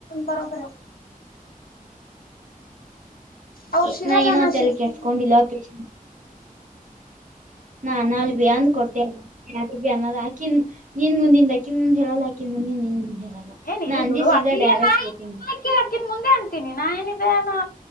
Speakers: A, on the left; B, on the right.
A: ಬರಬರ ಅವ್ರ
B: ಅೆ
A: ಸಿಗಲ್ಲ
B: ನಾ ಏನ ಅ
A: ಸಿಗ್ತೀನಿ.
B: ಎಲ್ಲಿ ಕೆಿಸಸ್ಕೊಂಡಿಲ್ಲ ಪೇಷ ನಾನ್ ಅಲ್ ಬಿ ಅಂದ ಕೊಟ್ಟೆ ಅ ಅನ್ನ ಹಾಕಿನ್ ನಿನ್ ಮುಂದಿನ ದಕಿನ್ಂದ್ ಹೇಳಲ್ಾಕ ಂದ ನಿನ್ರಲ್ಲ
A: ಏನ್ ಇಲ್
B: ನಾ ಅಂದ
A: ಬಿಡು
B: ಸೀದ
A: ಅಕ್ಕಿಗೆ
B: ಡೈರೆಕ್ಟ್
A: ನಾ
B: ಹೇಳ್ತೀನ
A: ಅಕ್ಕಿ ಅಕಿನ್ ಮುಂದೆ ಅತೀನಿ ನಾೇಏನಿದೆ ನಾ